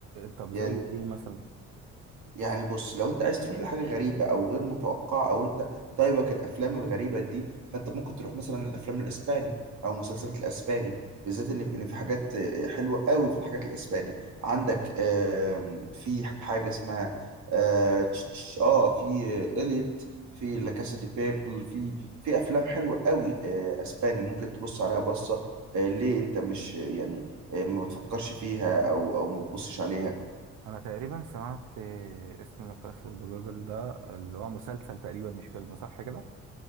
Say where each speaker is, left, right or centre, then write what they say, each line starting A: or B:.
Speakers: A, on the right; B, on the right.
A: طب زي
B: يعني
A: ايه مثلا
B: يعني بص لو انت عايز تروح لحاجه غريبه او غير متوقعه او انت طيبك الافلام الغريبه دي فانت ممكن تروح مثلا الافلام الاسباني او مسلسلات الاسباني بالذات ان في ان في حاجات آه، حلوه قوي في الحاجات الاسباني عندك آم، في حاجه اسمها اه تش- تش- آه، في آه، اليت في لا كاسا دي بيبل في في افلام حلوه قوي آه، اسباني ممكن تبص عليها بصه آه، ليه انت مش آه، يعني آه، ما بتفكرش فيها او او ما بتبصش عليها
A: انا تقريبا سمعت آه، اسم لا كاسا دي بابل ده اللي هو مسلسل تقريبا مش فيلم صح كده